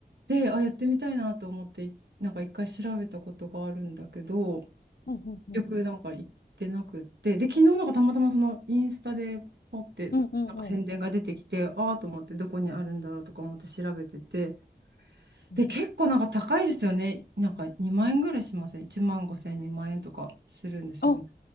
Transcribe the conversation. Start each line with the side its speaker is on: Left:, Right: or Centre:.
Right: で、あ、やってみたいなと思って、なんか一回調べたことがあるんだけど、
Left: うんうんうん
Right: 結局なんか行ってなくって、で、昨日なんかたまたまそのインスタでポって、
Left: うんうんうん
Right: なんか宣伝が出てきて、ああーと思ってどこにあるんだろうとか思って調べてて、
Left: うん
Right: で、結構なんか高いですよね。なんか2万円ぐらいしません。1万5千、2万円とかするんですよね。
Left: あ、